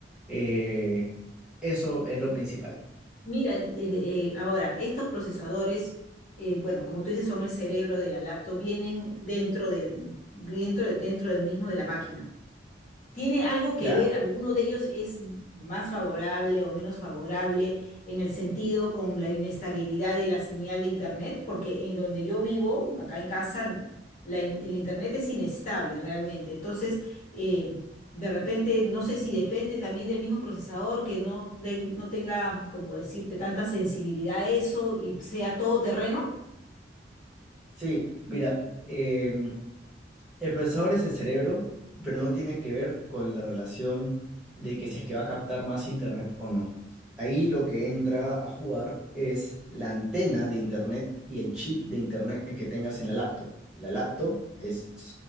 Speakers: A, in the centre; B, on the left.
A: Eh, eso es lo principal.
B: Mira, eh, eh, ahora, estos procesadores, eh, bueno, como tú dices, son el cerebro de la laptop, vienen dentro del, dentro, dentro del mismo de la máquina. ¿Tiene algo que
A: Claro.
B: ver, alguno de ellos es más favorable o menos favorable en el sentido con la inestabilidad de la señal de Internet? Porque en donde yo vivo, acá en casa, la in- el Internet es inestable realmente. Entonces, eh, de repente, no sé si depende también del mismo procesador que no, ten- no tenga, como decirte, tanta sensibilidad a eso y sea todo terreno.
A: Sí, mira, em, El procesador es el cerebro, pero no tiene que ver con la relación de que si es que va a captar más internet o no. Ahí lo que entra a jugar es la antena de internet y el chip de internet que tengas en la laptop. La laptop es,